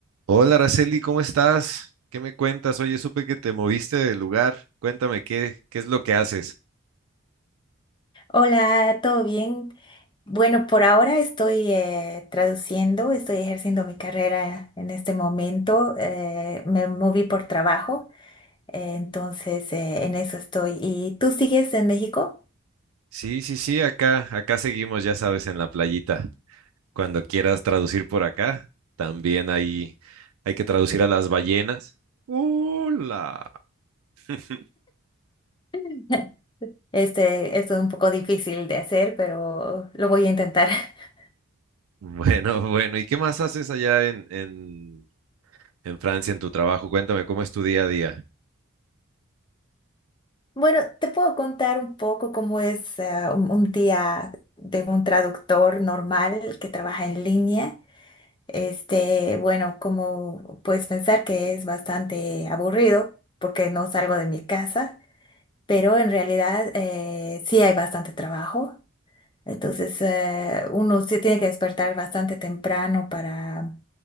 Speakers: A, on the right; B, on the left.
A: Hola, Araceli, ¿cómo estás? ¿Qué me cuentas? Oye, supe que te moviste de lugar. Cuéntame, ¿qué, qué es lo que haces?
B: Hola, ¿todo bien? Bueno, por ahora estoy eh, traduciendo, estoy ejerciendo mi carrera en este momento. eh, me moví por trabajo, eh, entonces eh, en eso estoy. ¿Y tú sigues en México?
A: Sí, sí, sí, acá, acá seguimos, ya sabes, en la playita. Cuando quieras traducir por acá, también ahí hay que traducir a las ballenas. Hola. <laughs>
B: <laughs> Este, esto es un poco difícil de hacer, pero lo voy a intentar. <laughs>
A: Bueno, bueno, ¿y qué más haces allá en, en, en Francia, en tu trabajo? Cuéntame, ¿cómo es tu día a día?
B: Bueno, te puedo contar un poco cómo es eh, un un día de un traductor normal que trabaja en línea. Este, bueno, como puedes pensar que es bastante aburrido porque no salgo de mi casa, pero en realidad eh, sí hay bastante trabajo. Entonces, eh, uno sí tiene que despertar bastante temprano para